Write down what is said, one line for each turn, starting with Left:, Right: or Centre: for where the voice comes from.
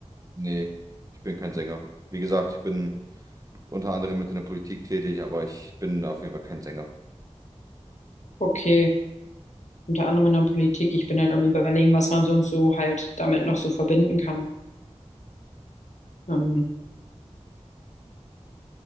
Right: nee, ich bin kein Sänger. Wie gesagt, ich bin unter anderem mit in der Politik tätig, aber ich bin auf jeden Fall kein Sänger.
Left: Okay. Unter anderem in der Politik. Ich bin halt am Überlegen, was man sonst so halt damit noch so verbinden kann. Ähm,